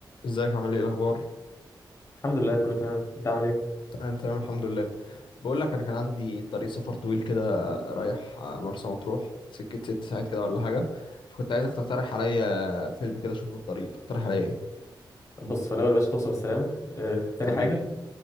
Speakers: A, on the left; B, on the left.
A: ازيك عامل ايه الاخبار
B: الحمد لله كله تمام انت عامل ايه
A: انا تمام الحمد لله بقول لك انا كان عندي طريق سفر طويل كده رايح مرسى مطروح سكه ست ساعات كده ولا حاجه فكنت عايزك تقترح عليا فيلم كده اشوفه في الطريق تقترح عليا ايه
B: بص في الاول يا باشا توصف السلامه <laughs> آه، تاني
A: حبيبي
B: حاجه